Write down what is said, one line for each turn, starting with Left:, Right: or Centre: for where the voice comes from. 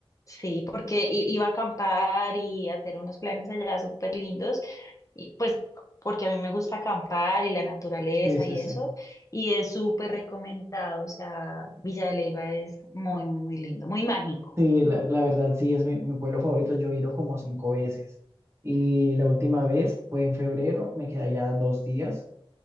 Left: Sí, porque i- iba a acampar y hacer unos planes allá súper lindos, y pues porque a mí me gusta acampar y la naturaleza
Right: Sí, sí,
Left: y
Right: sí.
Left: eso, y es súper recomendado, o sea, Villa de Leyva es muy, muy, muy lindo, muy mágico.
Right: Sí, la, la verdad sí es mi, mi pueblo favorito. Yo he ido como cinco veces. Y la última vez fue en febrero, me quedé allá dos días.